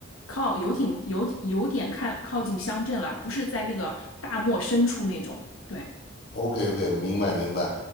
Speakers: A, on the left (about 90°); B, on the left (about 45°).
A: 靠游艇有有点看靠近乡镇了，不是在那个大漠深处那种。对，
B: OK OK，明白明白。